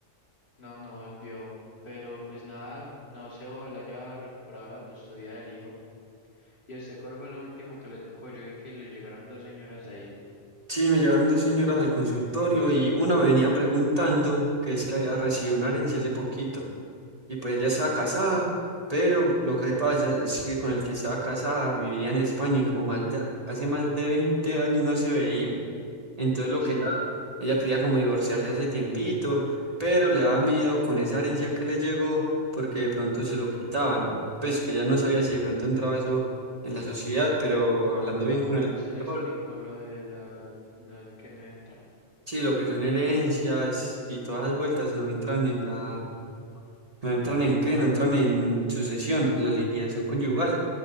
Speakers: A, on the left (about 40°); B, on the right (about 30°).
A: no, no volvió, pero pues nada, no sé, ojalá haya recuperado la custodia del hijo. ¿Y a usted cuál fue lo último que le tocó? Yo vi que le llegaron dos señoras ahí.
B: Sí, me llegaron dos señoras al consultorio y una me venía preguntando que es que había recibido una herencia hace poquito. Y pues ella estaba casada, pero lo que pasa es que con el que estaba casada vivía en España y como más de- hace más de 20 años no se veían. Entonces lo
A: Sí,
B: que ella, ella quería como divorciarse hace tiempito, pero le daba miedo con esa herencia que le llegó porque de pronto se lo quitaban. Pues que ella no sabía si de pronto entraba eso en la sociedad, pero hablando bien con
A: claro,
B: el doctor.
A: usted le explicó lo de la, lo del que no entra.
B: Sí, lo que son herencias y todas las vueltas no entran en la, no entran en qué, no entran en sucesión, en la liquidación conyugal.